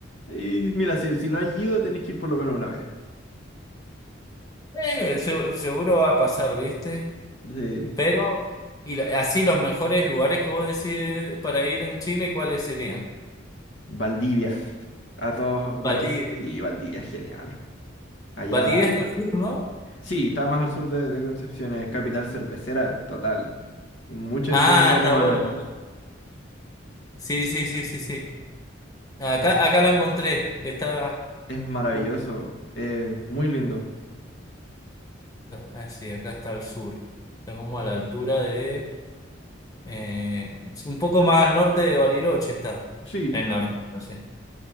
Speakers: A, on the left (about 70°); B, on the left (about 20°).
A: Y mira, si, si no has ido, tenés que ir por lo menos una vez.
B: Eh, se- seguro va a pasar, ¿viste?
A: Sí.
B: Pero, y la- así los mejores lugares que vos decís para ir en Chile, ¿cuáles serían?
A: Valdivia. A todos los-
B: Valdivia.
A: Sí, Valdivia es genial. Allá.
B: Valdivia está al sur, ¿no?
A: Sí, está más al sur de, de Concepción, es capital cervecera, total. Mucha
B: Ah,
A: influencia alemana.
B: está bueno. ¿eh? Sí, sí, sí, sí, sí. Acá,
A: Es,
B: acá la encontré, que está.
A: es maravilloso.
B: uh,
A: eh, muy lindo.
B: ah, sí, acá está al sur. Está como a la altura de. eh, es un poco más al norte de Bariloche está.
A: Sí,
B: En la altura, sí.